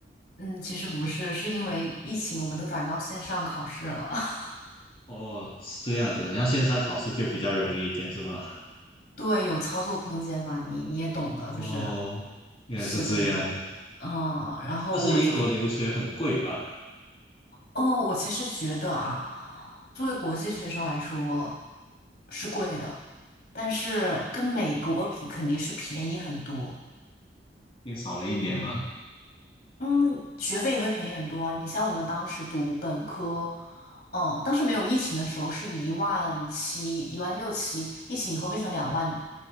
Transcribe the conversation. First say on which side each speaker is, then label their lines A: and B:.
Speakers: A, on the left; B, on the left.
A: 嗯，其实不是，是因为疫情我们都转到线上考试了。<laughs>
B: 哦，是这样子，然后线上考试就比较容易一点，是吗？
A: 对，有操作空间嘛，你你也懂的，就是
B: 哦，原来是这样。
A: 是这样。嗯，然后我就可能。
B: 但是英国留学很贵吧？
A: 哦，我其实觉得啊，作为国际学生来说是贵的，但是跟美国比肯定是便宜很多。
B: 因为少了一年吗？
A: 嗯，学费也会便宜很多啊你像我们当时读本科，嗯，当时没有疫情的时候是一万七、一万六七，疫情以后变成两万